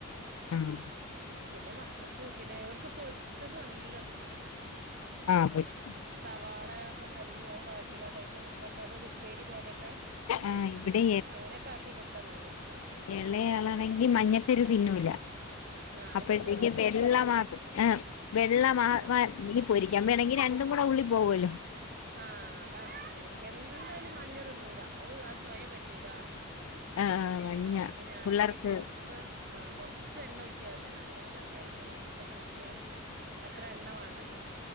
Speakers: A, on the left; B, on the right.
A: ആഹ്
B: പിന്നെ മക്കക്ക് പിന്നെ ഓൽക്ക് പൊരിച്ചത് നല്ല ഇഷ്ട്ടാ
A: ആഹ് പൊരിച്ച
B: സവാള വ അരിഞ്ഞ് അഹ് വാട്ടിക്കാണ്ട് അയ്ക് മുട്ട ഇട്ടാല് ഒരുപ്പേരി പോലെക്കെ
A: ആഹ് ഇവിടെ
B: അങ്ങനെ ഒക്കെ ആക്കികൊടുത്താ നല്ലഷ്ടാ
A: എളേയാളാണെങ്കി മഞ്ഞക്കുരു തിന്നൂല
B: ആഹ്
A: അപ്പഴ്ത്തേക്ക്
B: അത് തിന്നൂല പുഴുങ്ങിയാല്
A: വെള്ള മാത് ഏ വെള്ള മാ
B: ആഹ്
A: മാ ഇല്ലെങ്കി പൊരിക്കാവേണങ്കി രണ്ടുംകൂടെ ഉള്ളിപോകോലൊ
B: ആഹ് അതാണ് എന്തായാലും മഞ്ഞ തിന്നൂല. അഹ് അത് ചൊയ പറ്റൂലാറിം
A: ആഹ് മഞ്ഞ
B: അപ്പ ഞാനിപ്പൊ
A: പിള്ളേർക്ക്
B: ഈ പൊരിക്കുമ്പോ ആഹ് കൊറ്ച്ചെണ്ണ ഒഴിച്ച്കാണ്ട് നല്ലോണ്ണംന്ന്ണ്ണൊഴിക്കൂലല്ലൊ മുട്ട പൊരിക്കാന് പിന്നെ അത്ര എണ്ണ വാണ്ടല്ലോ.